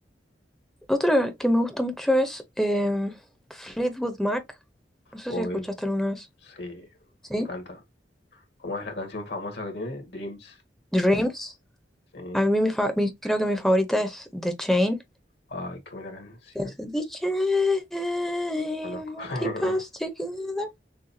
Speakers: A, in the centre; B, on the left.
A: otra que me gusta mucho es em, Fleetwood Mac. No sé
B: O
A: si escuchaste
B: eh,
A: alguna vez.
B: sí,
A: ¿Sí?
B: me encanta. ¿Cómo es la canción famosa que tiene? Dreams.
A: Dreams.
B: Sí.
A: A mí mi fa- mi- creo que mi favorita es The Chain.
B: Ay, qué buena canción.
A: que es The Chain,
B: Conozco. <laughs>
A: keep us together.